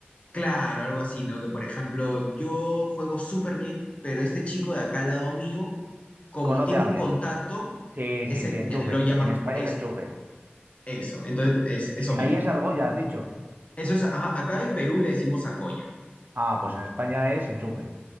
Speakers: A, on the left; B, on the right.
A: Claro, algo así, ¿no? Que por ejemplo, yo juego súper bien, pero este chico de acá al lado mío, como
B: ¿Conoce
A: tiene
B: a
A: un
B: alguien?
A: contacto,
B: Sí,
A: ese
B: sí, sí, enchufe.
A: ya- lo llaman
B: En España
A: eso,
B: es enchufe.
A: eso. Entonces, es, eso mismo.
B: Ahí es argolla, has dicho.
A: Eso es, ajá, acá en Perú le decimos argolla.
B: Ah, pues en España es enchufe.